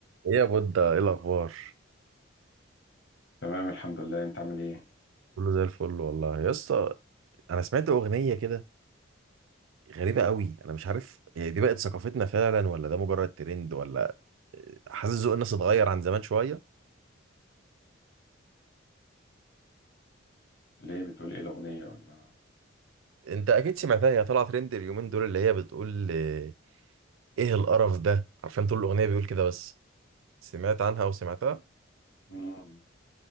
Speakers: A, on the right; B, on the left.
A: ايه يا بودة ايه الاخبار
B: تمام الحمد لله انت عامل ايه
A: كله زي الفل والله يا اسطى انا سمعت اغنيه كده غريبه قوي انا مش عارف هي دي بقت ثقافتنا فعلا ولا ده مجرد ترند ولا حاسس ذوق الناس اتغير عن زمان شويه
B: ليه بتقول ايه الاغنيه ولا
A: انت اكيد سمعتها هي طلعت ترند اليومين دول اللي هي بتقول آه، ايه القرف ده عارفين طول الاغنيه بيقول كده بس سمعت عنها وسمعتها
B: مم.